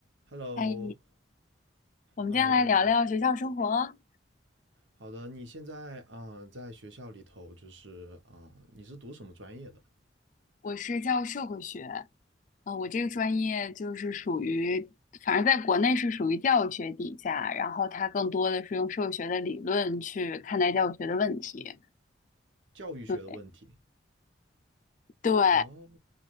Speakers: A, on the right (about 80°); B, on the left (about 45°).
A: Hello，
B: 嗨，我们今天来聊聊学校生活。
A: 啊、你好的，你现在啊、呃在学校里头就是啊、你是读什么专业的？
B: 我是教社会学，啊、我这个专业就是属于，反正在国内是属于教育学底下，然后它更多的是用社会学的理论去看待教育学的问题。
A: 教育学的问题。
B: 对对，
A: 哦，